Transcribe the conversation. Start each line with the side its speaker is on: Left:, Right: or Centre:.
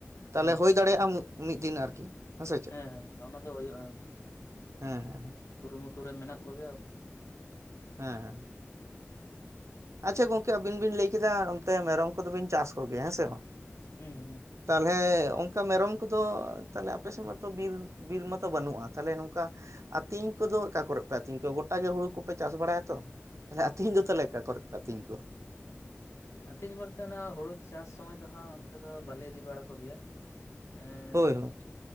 Right: ᱛᱟᱦᱚᱞᱮ
Left: ᱦᱩᱸ
Right: ᱦᱩᱭ ᱫᱟᱲᱮᱭᱟᱜᱼᱟ ᱢᱤᱫ ᱫᱤᱱ ᱟᱨᱠᱤ᱾ ᱥᱮ ᱪᱮᱫ
Left: ᱦᱮᱸ ᱚᱱᱟ ᱫᱚ ᱦᱩᱭᱩᱜᱼᱟ ᱾
Right: ᱦᱮᱸ ᱦᱮᱸ ᱦᱮᱸ᱾
Left: ᱠᱩᱨᱩᱢᱩᱴᱩ ᱨᱮ ᱢᱮᱱᱟᱜ ᱠᱚᱜᱮᱭᱟ ᱾
Right: ᱦᱮᱸ ᱦᱮᱸ᱾ ᱟᱪᱪᱷᱟ ᱜᱚᱝᱠᱮ ᱟᱵᱤᱱ ᱵᱤᱱ ᱞᱟᱹᱭ ᱠᱮᱫᱟ ᱚᱱᱛᱮ ᱢᱮᱨᱚᱢ ᱠᱚᱫᱚ ᱵᱤᱱ ᱪᱟᱥ ᱠᱚᱜᱮᱭᱟ ᱦᱮᱸ ᱥᱮ ᱵᱟᱝ
Left: ᱦᱩᱸ
Right: ᱾
Left: ᱦᱩᱸ
Right: ᱛᱟᱦᱞᱮ ᱚᱱᱠᱟ ᱢᱮᱨᱚᱢ ᱠᱚᱫᱚᱼᱼ ᱛᱟᱦᱞᱮ ᱟᱯᱮᱥᱮᱫ ᱢᱟᱛᱚ ᱵᱤᱞ ᱵᱤᱨ ᱢᱟᱛᱚ ᱵᱟᱹᱱᱩᱜᱼᱟ ᱛᱟᱦᱞᱮ ᱱᱚᱝᱠᱟ ᱟᱹᱛᱤᱧ ᱠᱚᱫᱚ ᱚᱠᱟ ᱠᱚᱨᱮᱜ ᱯᱮ ᱟᱹᱛᱤᱧ ᱠᱚᱣᱟ, ᱜᱚᱴᱟ ᱜᱮ ᱦᱩᱲᱩ ᱠᱚᱯᱮ ᱪᱟᱥ ᱵᱟᱲᱟᱭᱟ ᱛᱚ ᱛᱟᱦᱞᱮ ᱟᱛᱤᱧ ᱫᱚ ᱛᱟᱦᱞᱮ ᱚᱠᱟ ᱠᱚᱨᱮ ᱯᱮ ᱟᱹᱛᱤᱧ ᱠᱚᱣᱟ?
Left: ᱟᱛᱤᱧ ᱵᱚᱞᱛᱮ ᱚᱱᱟ ᱦᱩᱲᱩ ᱪᱟᱥ ᱥᱚᱢᱚᱭ ᱫᱚ ᱦᱟᱸᱜ ᱚᱱᱛᱮ ᱫᱚ ᱵᱟᱞᱮ ᱤᱫᱤ ᱵᱟᱲᱟ ᱠᱚᱜᱮᱭᱟ ᱾ ᱮᱸᱻ
Right: ᱦᱳᱭ ᱦᱳᱭ
Left: ᱠᱤᱪᱷᱩᱼᱼ